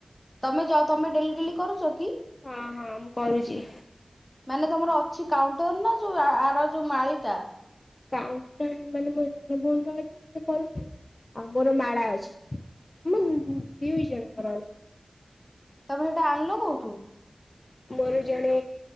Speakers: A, on the left (about 15°); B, on the left (about 45°).
A: ତମେ ଜ ତମେ ଡେଲି ଡେଲି କରୁଚ କି?
B: ହଁ ହଁ ମୁଁ କରୁଚି।
A: ମାନେ ତମର ଅଛି କାଉଣ୍ଟର ନା ଯୋଉ ଆର ଯୋଉ ମାଳି ଟା?
B: କାଉଣ୍ଟର ମାନେ ମୋ ସାନ ଭଉଣୀ ର ଅଛି ସେ କରୁଚି, ଆଉ ମୋର ମାଳା ଅଛି। ଆମ ଦୁଇ ଜଣ ଙ୍କର ଅଛି।
A: ତମେ ହେଟା ଆଣିଲ କୋଉଠୁ?
B: ମୋର ଜଣେ